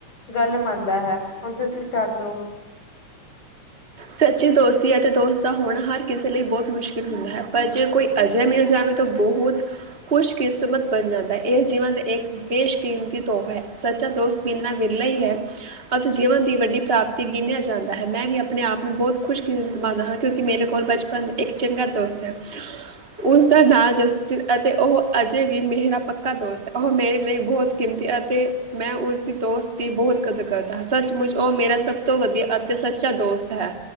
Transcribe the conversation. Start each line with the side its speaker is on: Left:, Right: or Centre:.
Left: ਗੱਲ ਮੰਨਦਾ ਹੈ ਹੁਣ ਤੁਸੀਂ ਸਟਾਰਟ ਕਰੋ
Right: ਸੱਚੀ ਦੋਸਤੀ ਅਤੇ ਦੋਸਤ ਦਾ ਹੋਣਾ ਹਰ ਕਿਸੇ ਲਈ ਬਹੁਤ ਮੁਸ਼ਕਿਲ ਹੁੰਦਾ ਹੈ ਪਰ ਜੇ ਕੋਈ ਅਜੇ ਮਿਲ ਜਾਵੇ ਤੋਂ ਬਹੁਤ ਖੁਸ਼ਕਿਸਮਤ ਬਣ ਜਾਂਦਾ ਹੈ ਇਹ ਜੀਵਨ ਦੇ ਇੱਕ ਬੇਸ਼ਕੀਮਤੀ ਤੋਹਫ਼ਾ ਹੈ ਸੱਚਾ ਦੋਸਤ ਮਿਲਨਾ ਵਿਰਲਾ ਹੀ ਹੈ ਅਤੇ ਜੀਵਨ ਦੀ ਵੱਡੀ ਪ੍ਰਾਪਤੀ ਗਿਨਿਆ ਜਾਂਦਾ ਹੈ ਮੈਂ ਵੀ ਆਪਣੇ ਆਪ ਬਹੁਤ ਖੁਸ਼ <unintelligible> ਹਾਂ ਕਿਉਂਕਿ ਮੇਰੇ ਕੋਲ ਬਚਪਨ ਇੱਕ ਚੰਗਾ ਦੋਸਤ ਹੈ ਉਸਦਾ ਨਾਂ ਜਸਪ੍ਰੀਤ ਅਤੇ ਉਹ ਅਜੇ ਵੀ ਮੇਰਾ ਪੱਕਾ ਦੋਸਤ ਉਹ ਮੇਰੇ ਲਈ ਬਹੁਤ ਕਿਮਤੀ ਅਤੇ ਮੈਂ ਉਸਦੀ ਦੋਸਤ ਦੀ ਬਹੁਤ ਕਦਰ ਕਰਦਾ ਹਾਂ ਸੱਚਮੁੱਚ ਉਹ ਮੇਰਾ ਸਭ ਤੋਂ ਵਧੀਆ ਅਤੇ ਸੱਚਾ ਦੋਸਤ ਹੈ